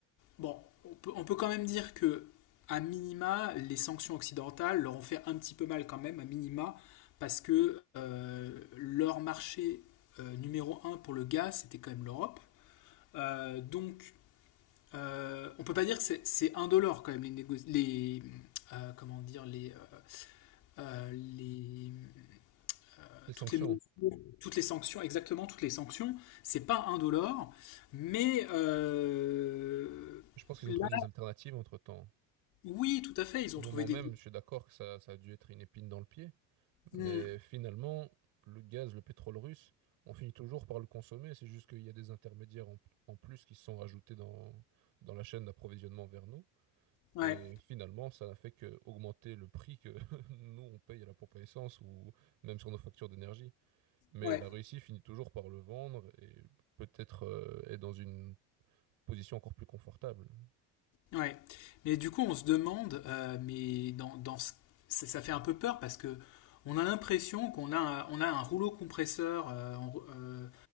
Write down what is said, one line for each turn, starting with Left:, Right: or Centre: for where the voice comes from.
Left: bon, on peut, on peut quand même dire que, à minima, les sanctions occidentales leur ont fait un petit peu mal quand même, à minima, parce que euh, leur marché euh, numéro un pour le gaz, c'était quand même l'Europe. Euh, donc, euh, on peut pas dire que c'est- c'est indolore quand même les négo- les euh, comment dire les euh, les euh,
Right: Les sanctions.
Left: toutes les mesures, toutes les sanctions exactement toutes les sanctions c'est pas indolore mais euh,
Right: Je pense qu'ils ont
Left: là
Right: trouvé des alternatives entre-temps.
Left: oui tout à fait ils
Right: Au
Left: ont
Right: moment
Left: trouvé des
Right: même, je suis d'accord que ça, ça a dû être une épine dans le pied,
Left: Hmm,
Right: mais finalement, le gaz, le pétrole russe, on finit toujours par le consommer. C'est juste qu'il y a des intermédiaires en, en plus qui se sont rajoutés dans, dans la chaîne d'approvisionnement vers nous.
Left: ouais
Right: Et finalement, ça n'a fait que augmenter le prix que <laughs> nous, on paye à la pompe à essence ou même sur nos factures d'énergie. Mais
Left: ouais
Right: la Russie finit toujours par le vendre et peut-être euh, est dans une position encore plus confortable.
Left: Ouais, mais du coup, on se demande, euh, mais dans, dans ce- ça, ça fait un peu peur parce que on a l'impression qu'on a, un- on a un rouleau compresseur euh, en, Ru- euh,